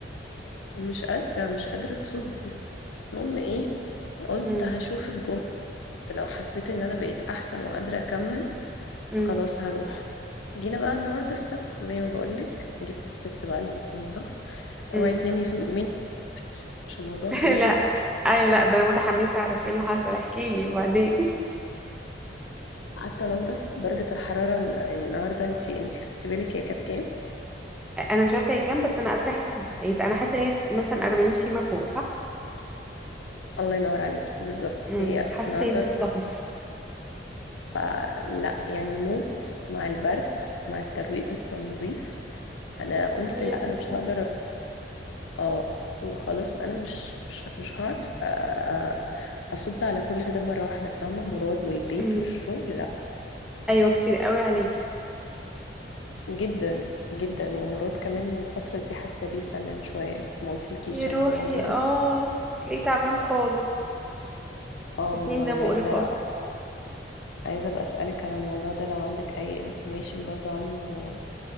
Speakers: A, on the left (about 85°); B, in the centre.
A: ومش قادرة مش قادرة تصدي المهم ايه قلت
B: امم
A: هشوف الجمعة لو حسيت ان انا بقيت احسن وقادرة اكمل
B: امم
A: خلاص هروح جينا بقى النهاردة السبت زي ما بقولك جبت الست بقى اللي بتنظف
B: امم
A: اوعي تنامي في- مني عشان الموضوع
B: <laughs>
A: طويل
B: لا ايوه لا ده انا متحمسه اعرف ايه اللي حصل احكيلي وبعدين
A: قعدت انضف درجة الحرارة الن- النهاردة انتي انتي خدتي بالك هي كانت كام
B: انا مش عارفه هي كام بس انا قادره احس بيه يعني انا حاسه ان هي في- مثلا 40 فيما فوق صح
A: الله ينور عليكي بالظبط
B: امم
A: هي
B: حسيت
A: النهاردة
B: بالصهد
A: فلا يعني موت مع البرد مع الترويق والتنظيف انا قلت
B: يعني
A: لا
B: يا بنتي
A: انا مش هقدر اه وخلاص انا مش مش مش هعرف أ- أ- اصد على كل ده مره واحده فاهمه مراد والبيت
B: امم
A: والشغل لا
B: ايوه كتير قوي عليكي
A: جدا جدا ومراد كمان الفتره دي حاسه بيه سنن شويه ما قلتلكيش
B: يا روحي
A: انا على الموضوع ده
B: اه بتلاقيه تعبان خالص
A: اه
B: التسنين
A: والله
B: ده
A: عايزه
B: مقرف اصلا
A: عايزه ابقى اسالك على الموضوع ده لو عندك اي انفورميشن برضو عنه